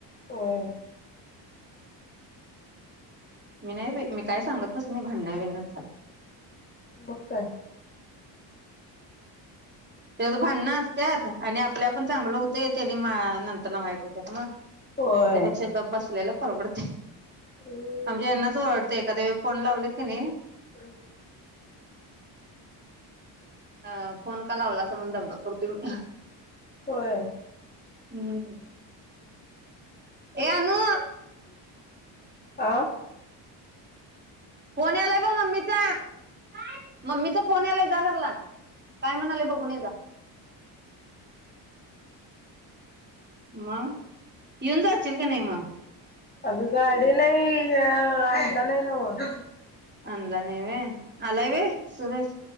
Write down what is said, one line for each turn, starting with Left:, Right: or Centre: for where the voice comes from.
Left: होय
Right: मी नाही बाई मी काय सांगतच नाही, भांडण, बिंडण झालं.
Left: मग काय?
Right: त्यात भांडण असत्यात, आणि आपल्या आपण चांगलो होतोय, त्यानी नंतर ना वाईट होत्यात म.
Left: होय
Right: त्यापेक्षा गप्प बसलेलं परवडते,
Left: हम्म
Right: आमच्या यांनाच ओरडते एखाद्या वेळी. फोन लावलेत का नाही.
Left: <unintelligible>
Right: <inaudible> अ फोन का लावला असं म्हणून दंगा करतोय मी.
Left: होय.
Right: हु ए! अनु
Left: <inaudible> आह.
Right: फोन यालाय ब मम्मीचा, काय मम्मीचा फोन यालाय जा घरला, काय म्हणाले बगुण ये जा. म यंदा आचशील का नाही म.
Left: अग गाडी नाही. अ आणला नाही नव्ह.
Right: अनला नाही वे. आलाय वे सुरज.